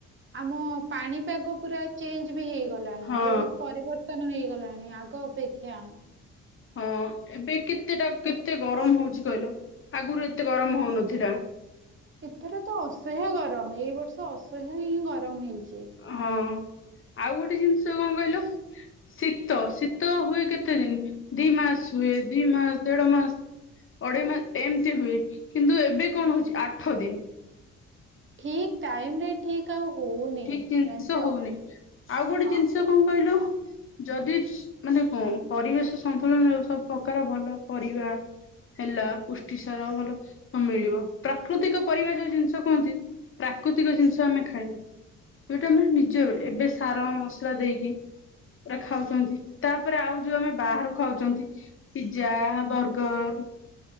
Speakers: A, on the right; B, on the left.
A: ଆମ ପାଣିପାଗ ପୁରା ଚେଞ୍ଜ ବି ହେଇଗ ଗଲାଣି
B: ହଁ
A: ବହୁତ ପରିବର୍ତ୍ତନ ହେଇଗଲାଣି ଆଗ ଅପେକ୍ଷା
B: ହଁ ଏବେ କେତେଟା କେତେ ଗରମ ହଉଛି କହିଲ ଆଗରୁ ଏତେ ଗରମ ହଉନଥିଲା ।
A: ଏଥର ତ ଅସହ୍ୟ ଗରମ ଏଇ ବର୍ଷ ଅସହ୍ୟ ହିଁ ଗରମ ହେଇଛି ।
B: ହଁ ଆଉ ଗୋଟେ ଜିନିଷ କଣ କହିଲ ଶୀତ ଶୀତ ହୁଏ କେତେ ଦିନ ଦି ମାସ ଶୋଇେ ଦୁଇ ମାସ ଦେଢ଼ ମାସ ଅଢେଇ ମାସ ଏମିତି ହୁଏ କିନ୍ତୁ ଏବେ କଣ ହଉଛି ଆଠ ଦିନ
A: ଠିକ ଟାଇମ ରେ ଠିକ ଆଉ ହଉନି
B: ଠିକ ଜିନିଷ
A: ଜାଣିଛ
B: ହଉନି ଆଉ ଗୋଟେ
A: ହଁ।
B: ଜିନିଷ କଣ କହିଲୁ ଯଦି ମାନେ କ ପରିବେଶ ସନ୍ତୁଳନ ସବୁ ପ୍ରକାର ଭଲ ପରିବା। ହେଲା ପୁଷ୍ଟି ସାର ଭଲ ମିଳିବ ପ୍ରାକୃତିକ ପରିବା ଯୋଉ ଜିନିଷ କୁହନ୍ତି। ପ୍ରାକୃତିକ ଜିନିଷ ଆମେ ଖାଇବା ଏଟା ମାନେ ନିଜ ଏବେ ସାର ମସଲା ଦେଇକି ପୁରା ଖାଉଛନ୍ତି ତାପରେ ଆଉ ଯୋଉ ଆମେ ବାହହାରାରୁ ଖାଉଛନ୍ତି ପିଜଜା ବର୍ଗର ହ।